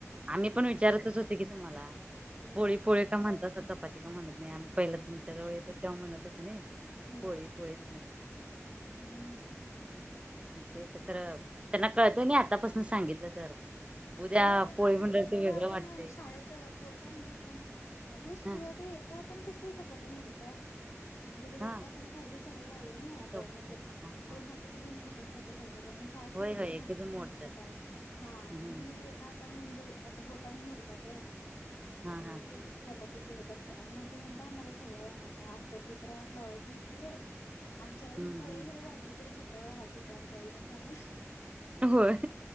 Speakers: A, on the right; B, on the left.
A: आम्ही पण विचारतच होते की तुम्हाला
B: होय
A: पोळी पोळी का म्हणतासा चपाती का म्हणत नाही आम्ही पहिला तुमच्या जवळ येत तेव्हा म्हणत होतो नइ
B: होय
A: पोळी, पोळी म्हणत
B: हम्म
A: ते तर खरं त्यांना कळतय नाही आतापासून सांगितलं तर उद्या
B: होय
A: पोळी
B: आता
A: म्हणल्यावर
B: टुब्बूला
A: ते वेगळं
B: आपण
A: वाटतंय
B: शाळेत पोर काय म्हणतात सांग अगो स्पृहा
A: हा
B: तू एका हातने कस काय चपाती मोडत्यास म्हणजे तिला
A: हा
B: एका हातन खायच सवय लावलय नय
A: चपाती झाली हा हा
B: दोन हातात घेऊन खातात सगळेजण शाळेत
A: होय
B: सगळे दोन
A: होय एकीच
B: हातात
A: मोडतात
B: घेऊन खात्यात हा
A: हम्म
B: म ती एका हातानं म्हणजे असं बोटानं मोडत्या ग
A: हा
B: आणि
A: हा तेच
B: चपातीच हे करत्या मग ती म्हणत्या आम्हाला सवय आहे म्हणत्या आमच्यात दुसरा हात लावायचं नसतय. आमच्या आईन
A: हम्म
B: पोळी
A: हम्म
B: जरी वाढली तरी सतरा वेळा हात धुत्या आमच्या आई म्हणून सांगल्या.
A: होय